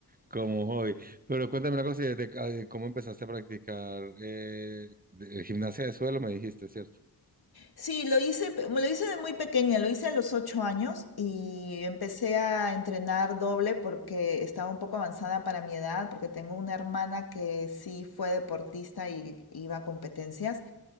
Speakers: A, on the right; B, on the left.
A: como hoy. Pero cuéntame una cosa, ¿y desde- ca- cómo empezaste a practicar eh, de- gimnasia de suelo? Me dijiste, ¿cierto?
B: Sí, lo hice, pe- lo hice de muy pequeña, lo hice a los ocho años y empecé a entrenar doble porque estaba un poco avanzada para mi edad, porque tengo una hermana que sí fue deportista y iba a competencias.